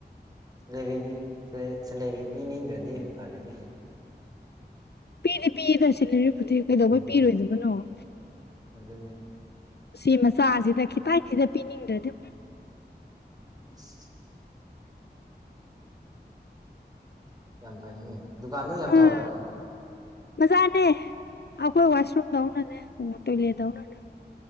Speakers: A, on the right; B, on the left.
A: <unintelligible> ꯁꯦꯂꯔꯤ ꯄꯤꯅꯤꯡꯗ꯭ꯔꯗꯤ ꯐꯔꯅꯤ
B: ꯄꯤꯗꯤ ꯄꯤꯌꯦꯗ ꯁꯦꯂꯔꯤꯕꯨꯗꯤ ꯀꯩꯗꯧꯕꯩ
A: ꯎꯝ
B: ꯄꯤꯔꯣꯏꯗꯕꯅꯣ ꯫
A: ꯑꯗꯨꯅꯤ
B: ꯁꯤ ꯃꯆꯥꯁꯤꯗ ꯈꯤꯇꯪ ꯁꯤꯗ ꯄꯤꯅꯤꯡꯗ꯭ꯔꯗꯤ
A: <unintelligible> ꯌꯥꯝ ꯐꯩꯅꯦ ꯗꯨꯀꯥꯟꯗꯣ ꯌꯥꯝ
B: ꯎꯝ
A: ꯆꯥꯎꯕꯔꯣ
B: ꯃꯆꯥꯅꯦ ꯑꯩꯈꯣꯏ ꯋꯥꯁꯔꯨꯝꯗꯧꯅꯅꯦ ꯇꯣꯏꯂꯦꯠ ꯇꯧꯅꯅꯦ ꯫